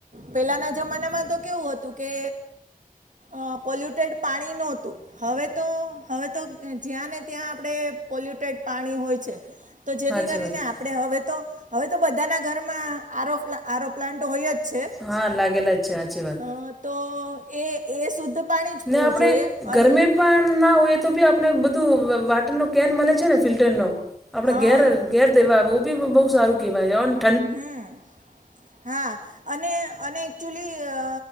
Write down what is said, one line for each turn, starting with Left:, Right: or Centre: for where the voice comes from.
Right: પેલાના જમાનામાં તો કેવું હતું કે અ પોલ્યુટેડ પાણી નોહતું હવે તો, હવે તો, જ્યાં ને ત્યાં આપણે પોલ્યુટેડ પાણી હોય છે. તો જેથી
Centre: સાચી
Right: કરીને
Centre: વાત
Right: આપ પડે હવે તો હવે તો બધાના ઘરમાં આરોફ આરો પ્લાન્ટ હોય જ છે.
Centre: હા, લાગેલા જ છે હાચી વાત
Right: હ, તો એ એ શુદ્ધ પાણી જ
Centre: ને
Right: પીવું
Centre: આપણે
Right: જોઈએ અને
Centre: ગરમે પણ ના હોય એ તો બી આપણે બધું વ વોટરનો કેન મળે છે ને ફિલ્ટરનો આપણેે
Right: હા
Centre: ઘેર ઘેર દેવાવો બી બહુ સારું કહેવાય છે અન
Right: હમ, હા, અને અને એકચુલી અ